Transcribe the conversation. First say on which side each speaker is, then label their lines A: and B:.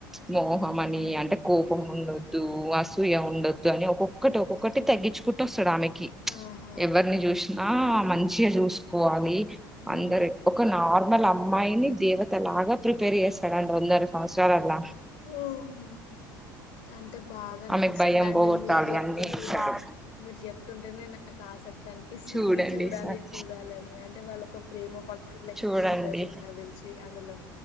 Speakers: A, on the left (about 60°); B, in the centre.
A: హుహు.
B: మోహమని అంటే కోపం ఉండొద్దు, అసూయ ఉండొద్దు. అని ఒక్కొక్కటి ఒక్కొక్కటి తగ్గించుకుంటూ వస్తాడు ఆమె కి
A: ఆహా!
B: ఎవరిని చూసినా మంచిగ చూసుకోవా పోయి
A: హ్మ్.
B: అందరు ఒక నార్ వాల్ అమ్మాయిని దేవత లాగా ప్రిపేర్ చేస్తాడంట వందర సంవత్సరాలల్ల
A: ఓహ అంటే బాగ అనిపిస్తుందండి.
B: ఆమెకు భయం పోగొట్టాలి
A: మీరు చెప్తుంటే
B: అన్ని చేశాడు
A: మీర్ చెప్ తింటేనే నాకు ఆసక్తి అనిపిస్తుంది
B: చూడండి
A: చూడాలి
B: సార్
A: చూడాలి అని అన్ అంటే వాళ్ళొక ప్రేమ పక్షులు లెక్కా
B: చూడండి
A: ఉండొచ్చు నాకు తెలిసి అందులో